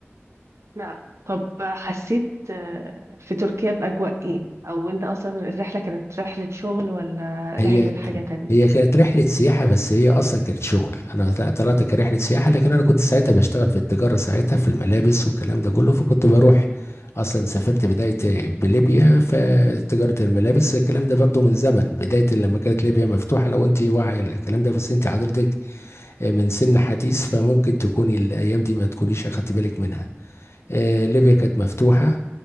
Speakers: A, on the right; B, on the left.
A: نعم طب حسيت آه، في تركيا باجواء ايه او انت اصلا الرحلة كانت رحلة شغل ولا
B: هي
A: رحلة لحاجة تانية
B: هي كانت رحلة سياحة بس هي أصلا كانت شغل أنا طلعت كرحلة سياحة لكن أنا كنت ساعتها بشتغل في التجارة ساعتها في الملابس والكلام ده كله فكنت بروح أصلا سافرت بداية بليبيا فتجارة الملابس الكلام ده برضو من زمن بداية لما كانت ليبيا مفتوحة لو أنت واعية للكلام ده بس أنت حضرتك من سن حديث فممكن تكوني الأيام دي ما تكونيش أخدت بالك منها آه، ليبيا كانت مفتوحة